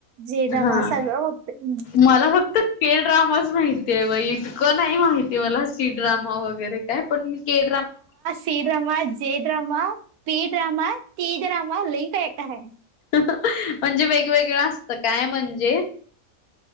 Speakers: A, on the right; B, on the left.
A: J drama
B: हा
A: सगळं बघतय मी.
B: मला फक्त के ड्रामाच माहिती आहे बाई इतकं नाही माहितीे मला सी ड्रामा वगैरे तय पण मी K drama
A: K drama, J drama, P drama, T drama लय काय-काय आहे.
B: म्हणजे वेगवेगळं असतं काय म्हणजे?